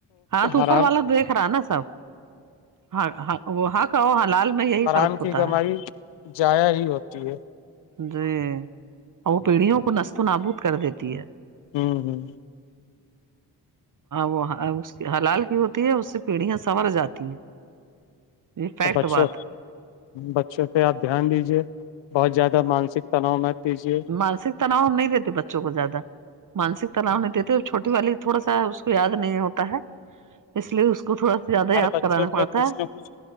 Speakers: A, on the right; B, on the left.
A: ہاں تو
B: حرام
A: اوپر والا دیکھ رہا نا سب ہاں ہاں وہ ہاں کہ ہاں لال میں یہی
B: حرام
A: فرق ہوتا
B: کی کمائی
A: ہے
B: جایا ہی ہوتی ہے
A: جی اور وہ پیڑھیوں کو نستو نابوود کر دیتی ہے
B: ہوں ہوں
A: وہ اس کی حلال کی ہوتی ہے اس سے پیڑیاں سنمر جاتی ہیں یہ فیکٹ
B: تو بچو
A: بات ہے
B: بچوں پہ آپ دھیان دیجیے بہت زیادہ مانسک تناؤ میں دیجیے
A: مانسک تناؤ ہم نہیں دیتے بچوں کو زیادہ مانسک تناؤ نہیں دیتے چھوٹی والی تھوڑا سا اس کو یاد نہیں ہوتا ہے اس لیے اس کو تھوڑا زیادہ
B: ہر
A: یاد
B: بچوں
A: کرانا پڑتا
B: میں کچھ
A: ہے
B: نہ کچھ